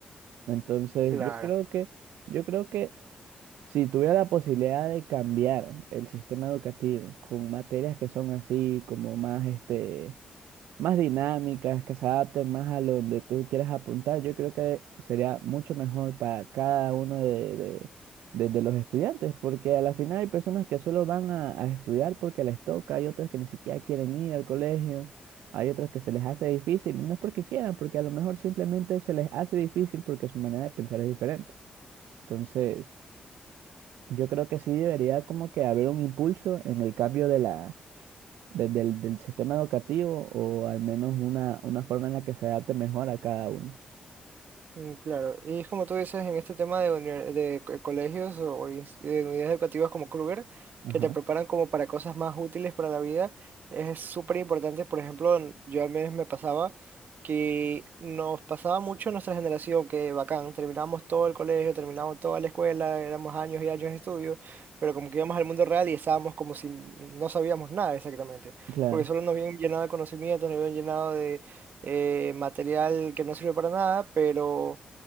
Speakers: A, on the right; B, on the right.
A: Entonces,
B: Claro.
A: yo creo que, yo creo que si tuviera la posibilidad de cambiar el sistema educativo con materias que son así, como más, este, más dinámicas, que se adapten más a lo donde tú quieras apuntar, yo creo que sería mucho mejor para cada uno de, de- de- de los estudiantes, porque a la final hay personas que solo van a, a estudiar porque les toca, hay otros que ni siquiera quieren ir al colegio, hay otros que se les hace difícil, y no es porque quieran, porque a lo mejor simplemente se les hace difícil porque su manera de pensar es diferente. Entonces... Yo creo que sí debería como que haber un impulso en el cambio de la, de- del, del sistema educativo o al menos una, una forma en la que se adapte mejor a cada uno.
B: Mm, Claro, y es como tú dices en este tema de, uni- de co- colegios o o ins- de unidades educativas como Kruger,
A: Ajá,
B: que te preparan como para cosas más útiles para la vida, es súper importante. Por ejemplo, en- yo a mí me pasaba que nos pasaba mucho en nuestra generación, que bacán, terminamos todo el colegio, terminamos toda la escuela, éramos años y años de estudio, pero como que íbamos al mundo real y estábamos como si no sabíamos nada exactamente,
A: claro,
B: porque solo nos habían llenado de conocimientos, nos habían llenado eh, material que no sirve para nada, pero